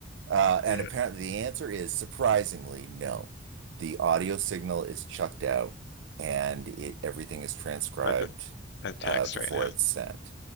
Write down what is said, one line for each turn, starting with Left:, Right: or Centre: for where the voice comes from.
Right: Uh, and
Left: Yeah.
Right: apparently the answer is surprisingly no. The audio signal is chucked out and it everything is transcribed
Left: Like the, the text
Right: uh, before
Left: right now.
Right: it's sent.